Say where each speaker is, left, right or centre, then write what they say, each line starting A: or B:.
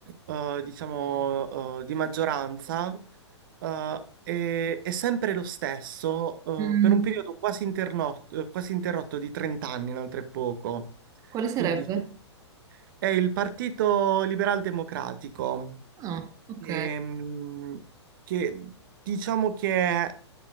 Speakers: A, on the right (about 45°); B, on the right (about 25°).
A: eh, diciamo, eh, di maggioranza, eh, è, è sempre lo stesso,
B: Mm,
A: eh, per un periodo quasi, interno- eh, quasi interrotto di 30 anni, inoltre poco.
B: Quale sarebbe?
A: Quindi su- è il Partito Liberal Democratico,
B: Ah, ok.
A: ehm, che diciamo che è